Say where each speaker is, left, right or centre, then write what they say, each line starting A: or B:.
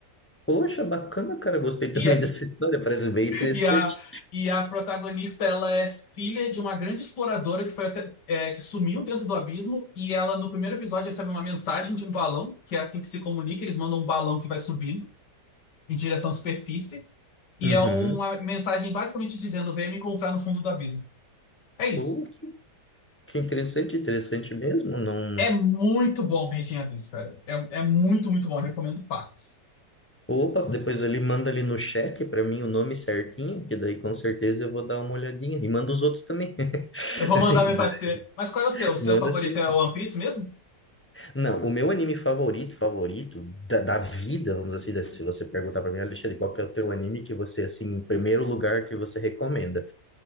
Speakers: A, on the left; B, on the left.
A: Poxa, bacana, cara. Gostei também
B: E,
A: <laughs> dessa história. Parece bem interessante.
B: E a, e a protagonista, ela é filha de uma grande exploradora que foi até- é, que sumiu dentro do abismo e ela no primeiro episódio recebe uma mensagem de um balão, que é assim que se comunica, eles mandam um balão que vai subindo em direção à superfície e
A: Uhum.
B: é uma mensagem basicamente dizendo venha me encontrar no fundo do abismo. É isso.
A: Pô, que interessante, interessante mesmo. Não.
B: É muito bom Rei de Abismo, cara. É, é muito, muito bom. Eu recomendo Pacos.
A: Opa, depois ele manda ali no chat pra mim o nome certinho, que daí com certeza eu vou dar uma olhadinha. E manda os outros também. <laughs>
B: Eu vou mandar mensagem pra você. Mas qual é o seu? O seu
A: Manda
B: favorito
A: sim.
B: é One Piece mesmo?
A: Não, o meu anime favorito, favorito da, da vida, vamos assim, dizer, assim, se você perguntar pra mim, Alexandre, qual que é o teu anime que você, assim, em primeiro lugar que você recomenda?